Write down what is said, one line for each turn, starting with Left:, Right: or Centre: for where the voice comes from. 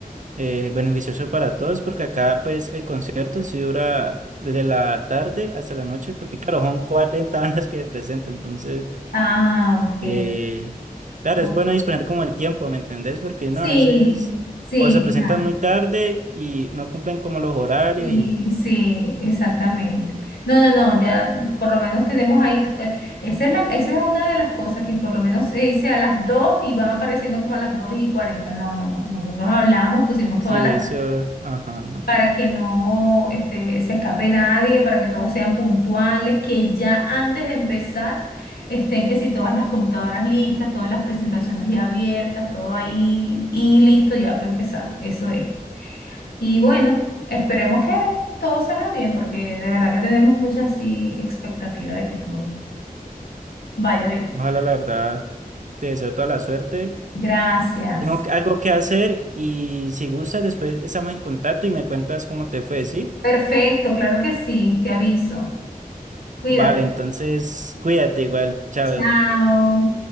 Right: eh, beneficioso para todos, porque acá pues el concierto sí dura desde la tarde hasta la noche, porque claro, son 40 bandas que presentan entonces...
Left: Ah, ok.
Right: eh, claro,
Left: Bu-
Right: es bueno disponer como el tiempo, ¿me entendés? Porque
Left: Sí,
Right: no, a veces
Left: sí,
Right: o se presentan
Left: claro.
Right: muy tarde y no cumplen como los horarios
Left: Y
Right: y...
Left: sí, exactamente. No, no, no, ya por lo menos tenemos ahí, to- eh, esa es la, esa es una de las cosas que por lo menos se dice a las 2 y van apareciendo como a las 2 y 40. No, no, no, nosotros hablamos, pusimos todas
Right: Sí,
Left: las...
Right: eso, ajá.
Left: para que no este, se escape nadie, para que todos sean puntuales, que ya antes de empezar estén que si todas las computadoras listas, todas las presentaciones ya abiertas, todo ahí y listo ya para empezar, eso es. Y bueno, esperemos que todo salga bien porque de verdad que tenemos mucha así expectativa de que todo vaya bien.
Right: Ojalá, la verdad, te deseo toda la suerte.
Left: Gracias.
Right: Tengo que- algo que hacer y si gustas, después estamos en contacto y me cuentas cómo te fue, ¿sí?
Left: Perfecto, claro que sí, te aviso. Cuídate.
Right: Vale, entonces cuídate igual, chao.
Left: Chao.